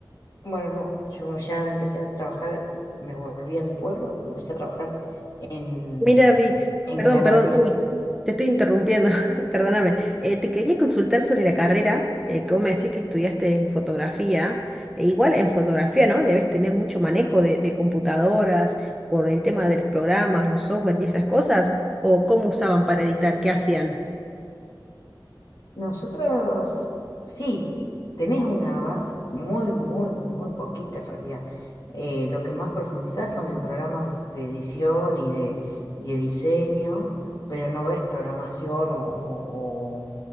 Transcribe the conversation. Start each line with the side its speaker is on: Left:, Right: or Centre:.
Left: bueno, no, yo ya me empecé a trabajar, me volví a mi pueblo, empecé a trabajar en,
Centre: Mira, Vi,
Left: en
Centre: perdón,
Left: ganadería.
Centre: perdón, uy, te estoy interrumpiendo, <laughs> perdóname. Eh, te quería consultar sobre la carrera, eh, que vos me decís que estudiaste fotografía. E igual en fotografía, ¿no? Debes tener mucho manejo de, de computadoras por el tema de los programas, los software y esas cosas, o cómo usaban para editar, qué hacían.
Left: Nosotros sí, tenés una base muy, muy, muy poquita en realidad. Eh, lo que más profundizás son en programas de edición y de, y de diseño, pero no ves programación o, o- o-